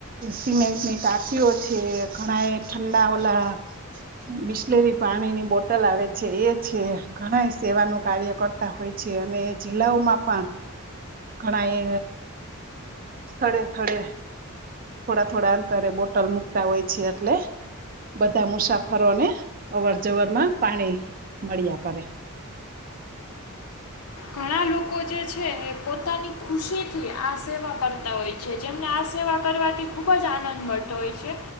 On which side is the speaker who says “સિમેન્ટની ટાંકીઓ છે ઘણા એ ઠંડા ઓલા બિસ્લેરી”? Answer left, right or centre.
Right